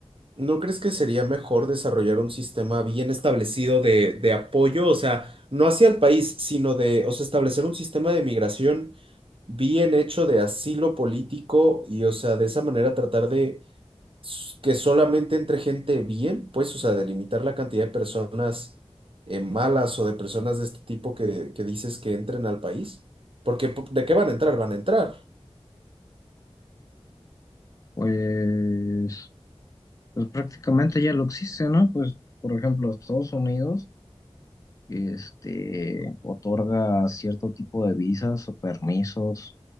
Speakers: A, on the right; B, on the left.
A: ¿No crees que sería mejor desarrollar un sistema bien establecido de, de apoyo? O sea, no hacia el país, sino de, o sea, establecer un sistema de migración bien hecho de asilo político y, o sea, de esa manera tratar de s- que solamente entre gente bien, pues, o sea, de limitar la cantidad de personas eh, malas o de personas de este tipo que, que dices que entren al país. Porque, po- ¿de qué van a entrar? Van a entrar.
B: pues, pues prácticamente ya lo existe, ¿no? Pues, por ejemplo, Estados Unidos, este, otorga cierto tipo de visas o permisos